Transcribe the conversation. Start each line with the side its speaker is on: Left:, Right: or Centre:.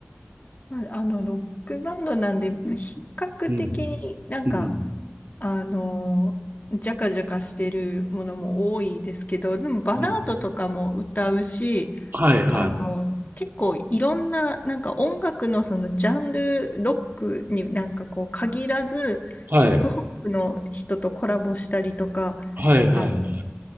Left: まあ、あの、ロックバンドなんで、比較的になんか、
Right: うん。うん。
Left: あの、ジャカジャカしてるものも多いですけど、でもバラードとかも歌うし、
Right: うん。はいはい。
Left: あの、結構いろんな、なんか音楽のそのジャンル、ロックになんかこう限らず、
Right: はい。
Left: ヒップホップの人とコラボしたりとか、
Right: はいはい。
Left: あ、